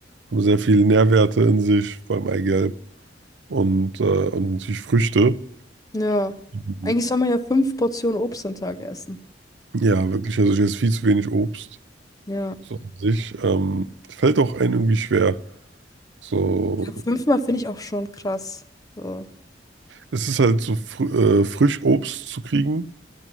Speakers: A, on the right; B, on the left.
A: haben sehr viele Nährwerte in sich, vor allem Eigelb und, äh, und natürlich Früchte.
B: Ja.
A: Mhm.
B: Eigentlich soll man ja fünf Portionen Obst am Tag essen.
A: Ja, wirklich. Also ich esse viel zu wenig Obst.
B: Ja.
A: So an sich. Ähm, fällt auch einem irgendwie schwer. So,
B: Ja, fünfmal finde ich auch schon krass. So.
A: es ist halt so fr äh, frisch Obst zu kriegen.